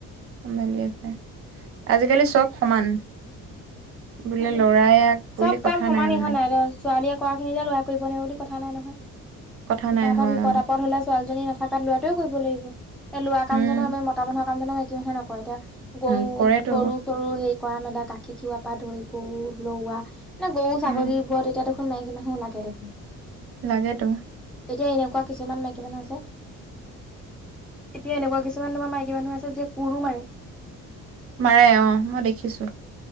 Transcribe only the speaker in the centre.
সেইটোৱে
চব
কাম সমান ইহোৱা
নাই ছোৱালীয়ে কৰা খিনি যে লৰা কৰিব ন বুলি কথা নাই নহয়
কিবা
এটা
বিপদ
আপদ হলে ছোৱালীজনী নথাকাত লৰাটোৱও কৰিব লাগিব এতি লৰা কামজনো
আমি মতা মানুহৰ কামজনকো একে মে নকয় এতিয়া গৰু
গৰু চৰু সেই কৰা মেলা গাখীৰ খিৱা পৰা ধৰি গৰু লোৱা মানে গৰু
ছাগলী বোৰত এতিয়া দেখোন মাইকি মানুহোও লাগে <unintelligible>
এতিয়া এনেকুৱা কিছুমান মাইকী মানুহ আছে এতিয়া এনেকুৱা কিছুমান তোমাৰ মাইকী মানুহ আছে, যিয়ে কোৰো মাৰে।